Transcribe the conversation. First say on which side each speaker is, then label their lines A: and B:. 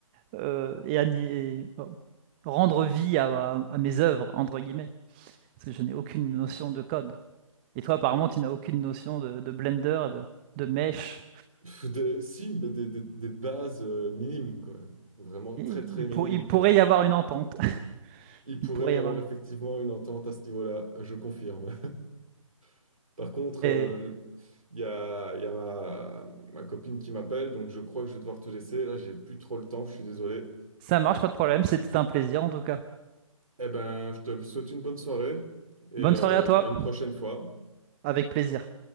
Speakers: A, on the right; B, on the right.
A: euh, et, ani- et, euh, rendre vie à, à à mes œuvres, entre guillemets, parce que je n'ai aucune notion de code. Et toi, apparemment,
B: Et-
A: tu n'as aucune notion de, de Blender, de, de mesh.
B: pff, des- si, mais des, des- des bases euh, minimes, quoi. Vraiment
A: Et
B: très très
A: il,
B: minimes,
A: pour- il pourrait
B: quoi.
A: y avoir une entente. <laughs>
B: Il pourrait
A: Il pourrait
B: y
A: y
B: avoir
A: avoir une...
B: effectivement une entente à ce niveau-là, je confirme. <laughs> Par contre,
A: Et
B: euh, il y a, il y a ma, ma copine qui m'appelle, donc je crois que je vais devoir te laisser. Là, j'ai plus trop le temps, je suis désolé.
A: ça marche, pas de problème. C'était un plaisir en tout cas.
B: Eh ben, je te souhaite une bonne soirée et
A: Bonne
B: euh,
A: soirée à toi.
B: à une prochaine fois.
A: Avec plaisir.